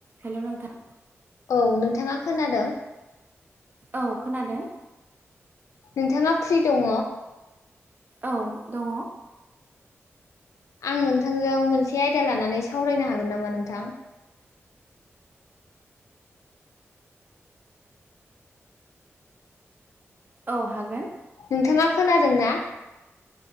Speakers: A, on the right (about 40°); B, on the left (about 85°).
A: हेल' नोंथां
B: औ नोंथाङा खोनादों
A: औ खोनादों ।
B: नोंथाङा फ्रि दङ
A: औ दङ
B: आं नोंथांजों मोनसे आयदा लानानै सावरायनो हागोन नामा नोंथां
A: औ हागोन
B: नोंथाङा खोनादों ना